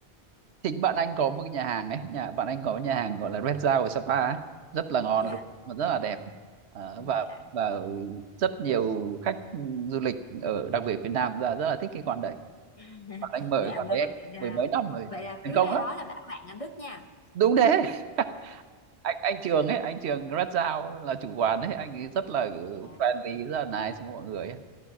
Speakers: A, on the right; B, on the left.
A: chính bạn anh có một cái nhà hàng ấy nhà bạn anh có cái nhà hàng gọi là Red Dao ở Sapa ấy rất là ngon
B: dạ
A: luôn mà rất là đẹp Ờ,
B: dạ
A: và và rất nhiều khách du lịch ở đặc biệt Việt Nam ra rất là thích cái quán đấy
B: <laughs>
A: bạn anh mở
B: dạ
A: cái quán
B: vâng
A: đấy
B: vậy là
A: mười mấy năm rồi
B: vậy là
A: thành
B: cứ
A: công
B: ra
A: lắm
B: đó là bảo bạn anh Đức nha
A: đúng thế <laughs> anh anh Trường ấy anh Trường Red Dao là chủ quán ấy anh ấy rất là
B: Dạ,
A: friendly rất là nice với mọi người ấy.